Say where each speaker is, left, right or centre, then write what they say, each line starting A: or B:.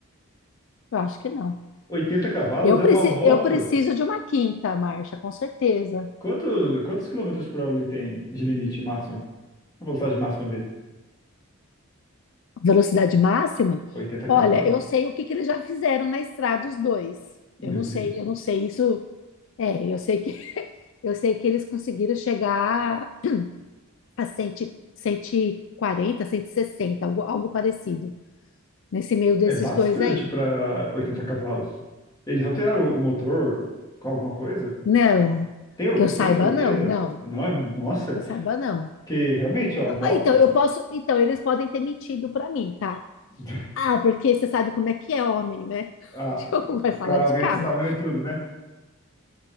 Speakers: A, on the left; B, on the left.
A: Eu acho que não.
B: 80 cavalos
A: Eu,
B: é
A: preci
B: uma moto.
A: eu preciso de uma quinta marcha, com certeza.
B: Quanto, quantos quilômetros por hora ele tem de limite máximo? A velocidade máxima dele?
A: Velocidade máxima?
B: 80
A: Olha,
B: cavalos.
A: eu sei o que que eles já fizeram na estrada os dois.
B: Meu
A: Eu não
B: Deus.
A: sei, eu não sei isso. É, eu sei que <laughs> eu sei que eles conseguiram chegar a 100, 140, 160, algo, algo parecido, nesse meio desses
B: É bastante
A: dois aí.
B: para 80 cavalos. Eles alteraram o o motor com alguma coisa?
A: Não,
B: Tem,
A: que eu saiba,
B: tem certeza?
A: não, não,
B: Não é, nossa,
A: que eu saiba, não.
B: que realmente, ó, moto,
A: Ah, Então, eu posso, então, eles podem ter mentido para mim, tá?
B: <laughs>
A: Ah, porque você sabe como é que é homem, né?
B: ah,
A: <laughs> Como vai
B: os
A: falar
B: caras
A: de
B: aumentam
A: carro?
B: os tamanhos tudo, né?